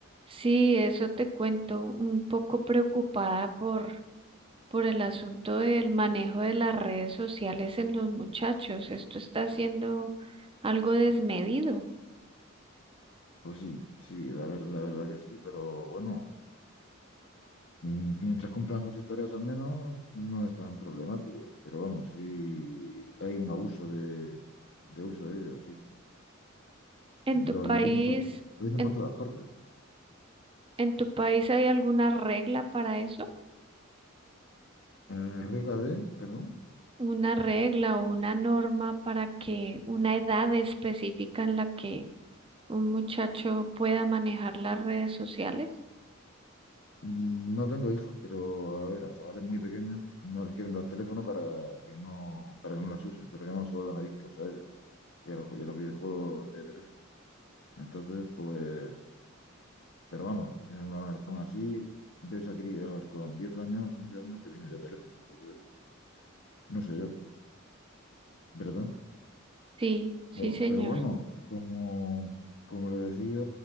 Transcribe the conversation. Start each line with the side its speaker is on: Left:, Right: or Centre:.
Right: Sí, eso te cuento, un poco preocupada por, por el asunto del manejo de las redes sociales en los muchachos. Esto está siendo algo desmedido.
Left: Pues sí, sí, la, ver- la verdad que sí, pero bueno, mm, mientras cumplan con sus tareas al menos, no es tan problemático. Pero vamos, sí hay un abuso de, de uso de ellos, sí.
Right: ¿En
Left: Lo,
Right: tu país,
Left: lo dicen por, lo dicen
Right: en,
Left: por todas partes.
Right: en tu país hay alguna regla para eso?
Left: Eh, regla de, perdón,
Right: ¿Una regla o una norma para que una edad específica en la que un muchacho pueda manejar las redes sociales?
Left: mm, no tengo hijos, pero a ver, a chavales muy pequeños no les quieren dar teléfono para que no, para que no las usen, para que no se vuelvan adictos a ellos y a los, y a los videojuegos de teléfono. Entonces, pues Pero vamos, eh, aún aún así ves a críos con 10 años, 11 años que tienen ya teléfono, entonces no sé yo, ¿verdad?
Right: Sí, sí,
Left: Pero,
Right: señor.
Left: pero bueno, como, como le decía,